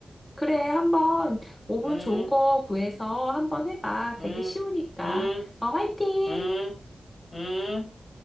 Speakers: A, on the left; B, on the left.
A: 그래, 한번 오븐
B: 음,
A: 좋은 거 구해서 한번 해봐.
B: 음,
A: 되게 쉬우니까.
B: 음,
A: 어, 화이팅!
B: 음, 음. 음.